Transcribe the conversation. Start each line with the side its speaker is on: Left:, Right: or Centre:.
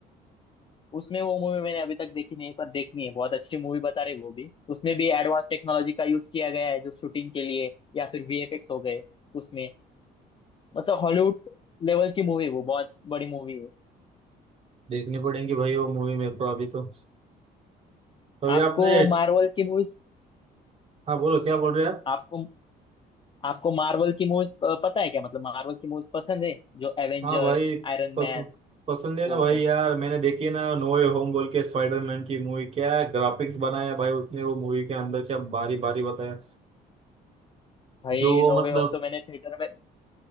Left: उसमें वो मूवी मैंने अभी तक देखी नहीं पर देखनी है बहुत अच्छी मूवी बता रहे वो भी उसमें भी एडवांस टेक्नोलॉजी का यूज किया गया है जो शूटिंग के लिए या फिर वीएफएक्स हो गए उसमें मतलब हॉलीवुड लेवल की मूवी वो बहुत बड़ी मूवी है
Right: देखनी पड़ेगी भाई वो मूवी मेरे को अभी तो अभी
Left: आपको
Right: आपने
Left: मार्वल की मूवीज
Right: हाँ बोलो क्या बोल रहे हैं आप
Left: आपको आपको मार्वल की मूवीज पता है क्या मतलब मार्वल की मूवीज पसंद है जो एवेंजर्स
Right: हाँ भाई
Left: आयरन
Right: पस,
Left: मैन
Right: पसंद है
Left: वो
Right: ना भाई
Left: कौन
Right: यार मैंने देखी है ना नो वे होम बोल के स्पाइडरमैन की मूवी क्या ग्राफिक्स बनाया भाई उसने वो मूवी के अंदर से बारी बारी बताया
Left: भाई
Right: जो
Left: नो
Right: मतलब
Left: वे होम तो मैंने थिएटर में